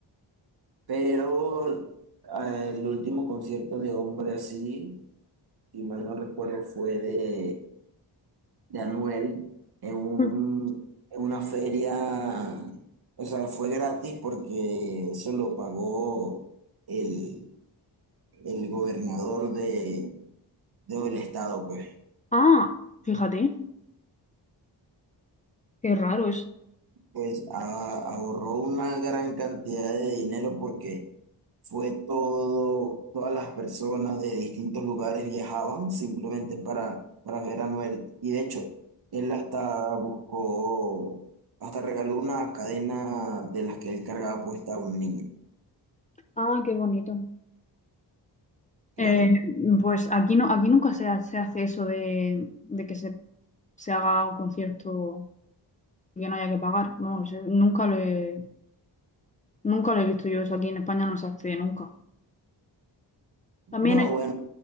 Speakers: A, on the right (about 55°); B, on the left (about 20°).
A: pero eh, el último concierto de hombre así, si mal no recuerdo, fue de, de Anuel en un,
B: mm.
A: en una feria, o sea, fue gratis porque eso lo pagó el, el gobernador de, del estado, pues.
B: Ah, fíjate, qué raro es.
A: Pues a- ahorró una gran cantidad de dinero porque fue todo, todas las personas de distintos lugares viajaban simplemente para, para ver a Noel. Y de hecho, él hasta buscó, hasta regaló una cadena de las que él cargaba puesta a un niño.
B: Ah, qué bonito.
A: Claro.
B: Eh, pues aquí no, aquí nunca se, ha- se hace eso de, de que se, se haga un concierto y que no haya que pagar. No, yo nunca lo he, nunca lo he visto yo eso aquí en España no se hace nunca.
A: No,
B: También es,
A: bueno,